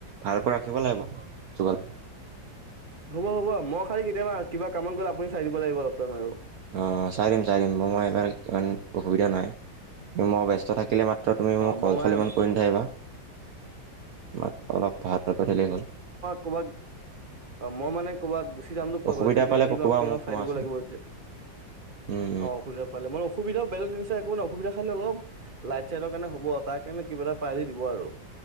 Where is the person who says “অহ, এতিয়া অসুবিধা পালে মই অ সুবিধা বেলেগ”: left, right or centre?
Right